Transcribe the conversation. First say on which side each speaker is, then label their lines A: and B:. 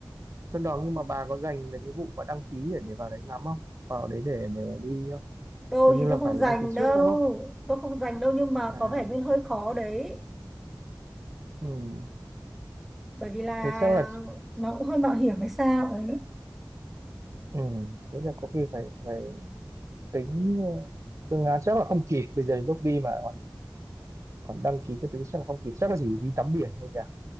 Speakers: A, on the right (about 40°); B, in the centre.
A: Sơn Đòn nhưng mà bà có dành về cái vụ mà đăng ký để, để vào đấy ngắm không vào đấy để để đi không
B: tôi
A: hình như
B: thì tôi
A: là
B: không
A: phải
B: dành
A: đăng ký trước
B: đâu
A: đúng không
B: tôi không dành đâu nhưng mà
A: à
B: có vẻ như hơi khó đấy
A: ừ.
B: bởi vì là
A: thế chắc là chị-
B: nó cũng hơi mạo hiểm hay sao ấy
A: ừ. thế là có khi phải phải tính ờ, phương án chắc là không kịp bây giờ đến lúc đi mà còn còn đăng ký cái thứ chắc là không kịp chắc là chỉ đi tắm biển thôi nhỉ